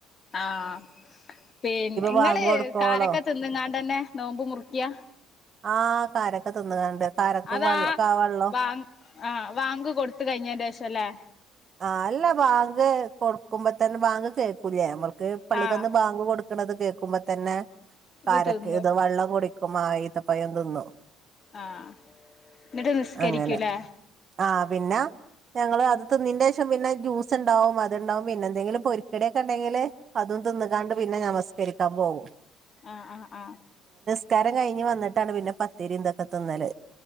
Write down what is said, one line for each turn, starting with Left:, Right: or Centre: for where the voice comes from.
Left: ആഹ പിന്ന നിങ്ങള്
Right: ബാങ്ക് കൊടുക്കോളം
Left: കാരക്കെ തിന്ന്ങ്ങ ടെന്നെ. നോമ്പ് മുറക്കിയ
Right: ആഹ് കാരക്ക തിന്ന്കാണ്ട് കാരക്കും
Left: അതാ
Right: വെള്ള കാ വെള്ളം
Left: ബാങ്ക് ആഹ വാങ്ക് കൊടുത്ത കഴിഞ്ഞ ശേഷം അല്ലേ
Right: ആ അല്ല ബാങ്ക് കൊടുക്കുമ്പോ തന്നെ ബാങ്ക് കേക്കൂലേ നമ്മൾക്ക് പള്ളിക്കൊന്ന്
Left: ആഹ്
Right: ബാങ്ക് കൊടു ക്കണത് കേൾക്കുമ്പോ തന്നെ
Left: ഇത്
Right: കരക്ക്
Left: തിന്നും
Right: ഇത് വെള്ളം കുടിക്കും ആ ഈത്തപ്പയ തിന്നും
Left: ആഹ എന്നിട്ട് നിസ്കരിക്കൂലേ
Right: അങ്ങനെ ആഹ് പിന്നെ ഞങ്ങള് അത് ത്തുന്നതിന്റെ ശേഷം പിന്നെ ജ്യൂസ് ഉണ്ടാവും അതുണ്ടാവും പിന്നെ എന്തെങ്കിലും പൊരിക്കടിയൊക്കെ ഉണ്ടെങ്കില് അതും തിന്നുകാണ്ട് പിന്നെ നമസ്കരിക്കാൻ പോകും
Left: ആഹ ആഹ ആഹ
Right: നിസ്കാരം കഴിഞ്ഞ് വന്നിട്ടാണ് പിന്നെ പത്തേരി ഇന്തൊക്കെ തിന്നാല്